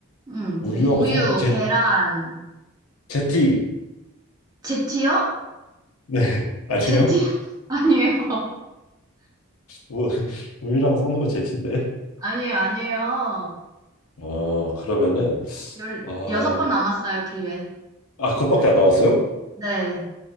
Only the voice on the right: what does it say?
음,
우, 우유,
계란,
제티요?
제티,
<laughs> 아니에요. <laughs>
아니에요, 아니에요.
열,
여섯 번 남았어요, 기회.
네.